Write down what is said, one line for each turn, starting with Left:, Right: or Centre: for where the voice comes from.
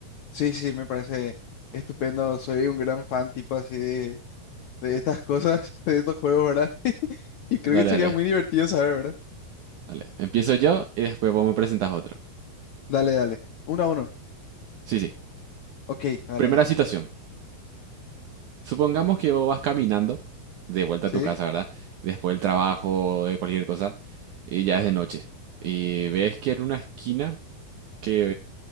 Left: sí, sí, me parece estupendo. Soy un gran fan, tipo así, de, de estas cosas, <laughs> de estos juegos, ¿verdad? <laughs> Y creo
Right: Dale,
Left: que sería
Right: dale,
Left: muy divertido saber, ¿verdad?
Right: dale. Empiezo yo y después vos me presentás otro.
Left: Dale, dale. Uno a uno.
Right: Sí, sí.
Left: Ok, dale,
Right: Primera
Left: dale.
Right: situación. Supongamos que vos vas caminando de vuelta
Left: ¿Sí?
Right: a tu casa, ¿verdad? Después del trabajo, de cualquier cosa, y ya es de noche. Y ves que en una esquina, que